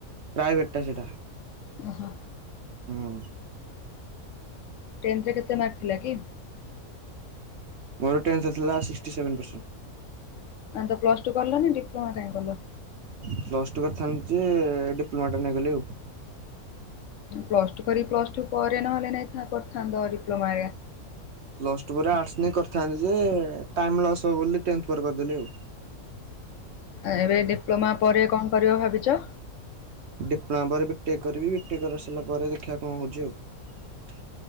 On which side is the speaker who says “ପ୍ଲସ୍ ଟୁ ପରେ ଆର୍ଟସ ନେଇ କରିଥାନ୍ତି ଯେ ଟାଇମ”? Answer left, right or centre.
Right